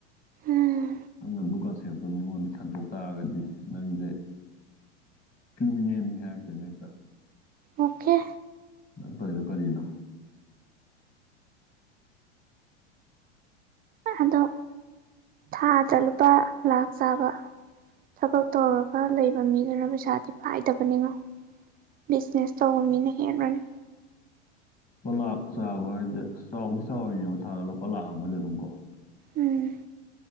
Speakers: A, on the right; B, on the left.
A: ꯎꯝ
B: ꯅꯪ ꯑꯗꯨ ꯀꯟꯁꯦꯞꯇꯣ ꯃꯤꯉꯣꯟꯗ ꯁꯟꯇꯣꯛ ꯇꯥꯔꯒꯗꯤ ꯅꯪꯁꯦ ꯀ꯭ꯔꯤꯃꯤꯅꯦꯜꯅꯤ ꯍꯥꯢꯔꯛꯇꯣꯢꯅꯦ ꯍꯦꯛꯇ
A: ꯑꯣꯀꯦ
B: ꯅꯪ ꯇꯧꯔꯤꯗꯣ ꯀꯔꯤꯅꯣ <inaudible>
A: ꯑꯗꯣ ꯊꯥꯗ ꯂꯨꯄꯥ ꯂꯥꯛ ꯆꯥꯕ ꯊꯕꯛ ꯇꯧꯔꯒ ꯂꯩꯕ ꯃꯤꯗꯨꯅ ꯄꯩꯁꯥꯗꯤ ꯄꯥꯏꯗꯕꯅꯤꯉꯣ ꯕꯤꯖꯤꯅꯦꯁ ꯇꯧꯕ ꯃꯤꯅ ꯍꯦꯟꯕꯅꯦ
B: ꯂꯨꯄꯥ ꯂꯥꯛ ꯆꯥꯕ ꯍꯥꯏꯁꯦ ꯆꯥꯎꯗꯤ ꯆꯥꯎꯔꯤꯅꯦꯕ ꯊꯥꯗ ꯂꯨꯄꯥ ꯂꯥꯛ ꯑꯃꯒꯗꯤ ꯑꯗꯨꯝ ꯀꯣ
A: ꯎꯝ